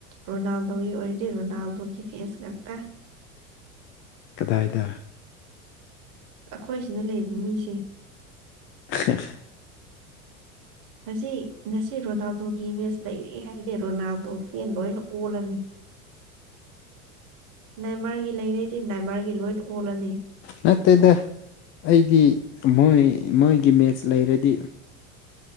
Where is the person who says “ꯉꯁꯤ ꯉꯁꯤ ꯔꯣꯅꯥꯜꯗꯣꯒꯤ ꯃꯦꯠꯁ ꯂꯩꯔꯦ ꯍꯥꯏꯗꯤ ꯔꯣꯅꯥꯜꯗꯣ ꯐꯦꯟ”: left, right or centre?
Right